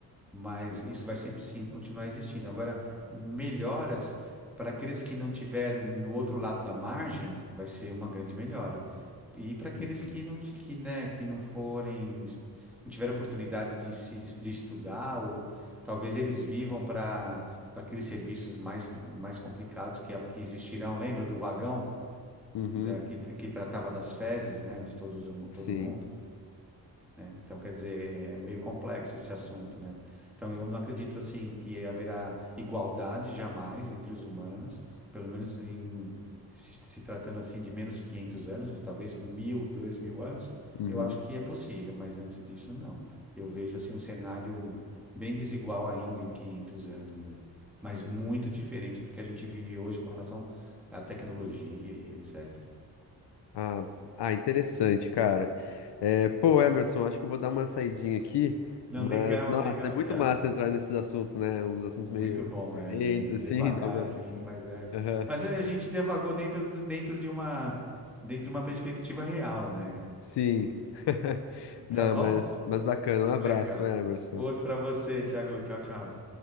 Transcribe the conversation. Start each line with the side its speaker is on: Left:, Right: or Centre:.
Centre: mas
Left: Sim.
Centre: isso vai sempre sim continuar existindo. Agora, melhoras para aqueles que não tiver no outro lado da margem, vai ser uma grande melhora. E para aqueles
Left: Uhum.
Centre: que não, ti- que, né, que não forem, não tiveram oportunidade de se de estudar, ou talvez eles vivam para para aqueles serviços mais, mais complicados que, que existirão. Lembra do vagão
Left: Uhum.
Centre: da, que, que tratava das fezes, né, de todos,
Left: Sim.
Centre: todo mundo? Então, quer dizer, é meio complexo esse assunto, né? Então, eu não acredito, assim, que haverá igualdade jamais entre os humanos, pelo menos em se, se tratando, assim, de menos de 500 anos, talvez mil, dois mil anos,
Left: Uhum.
Centre: eu acho que é possível, mas antes disso, não. Eu vejo, assim, um cenário bem desigual ainda em 500 anos, né? Mas muito diferente do que a gente vive hoje com relação à tecnologia e etc.
Left: Ah, ah, interessante, cara. É, pô, Emerson, acho que eu vou dar uma saidinha aqui,
Centre: Não,
Left: mas,
Centre: legal,
Left: nossa,
Centre: legal,
Left: é muito
Centre: Thiago.
Left: massa entrar nesses assuntos, né? Uns assuntos
Centre: Muito
Left: meio
Centre: bom,
Left: diferentes,
Centre: é mesmo.
Left: assim,
Centre: Devagar,
Left: <laughs> dá uma.
Centre: assim, mas é.
Left: Aham.
Centre: Mas é, a gente devagou dentro, do- dentro de uma, dentro de uma perspectiva real, né?
Left: Sim. <laughs>
Centre: <laughs>
Left: Não,
Centre: Tá bom?
Left: mas, mas bacana. Um abraço,
Centre: Legal.
Left: Emerson.
Centre: Outro para você, Thiago. Tchau, tchau.